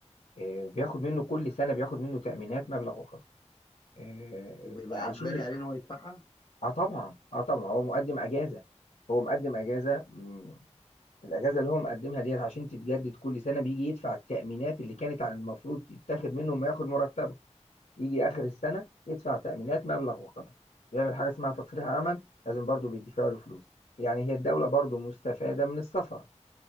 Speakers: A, on the left; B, on the left.
A: إيه، بياخد منه كل سنة بياخد منه تأمينات مبلغ وقدره إيه،
B: وبيبقى
A: عشان
B: اجباري عليه ان هو يدفعها
A: اه طبعا اه طبعا هو مقدم اجازه هو مقدم اجازه مم، الاجازه اللي هو مقدمها ديت عشان تتجدد كل سنه بيجي يدفع التامينات اللي كانت على المفروض تتاخد منه ما ياخد مرتبه يجي اخر السنه يدفع تامينات مبلغ وقدره بيعمل حاجه اسمها تصريح عمل لازم برضه بيدفع له فلوس يعني هي الدوله برضه مستفاده من السفر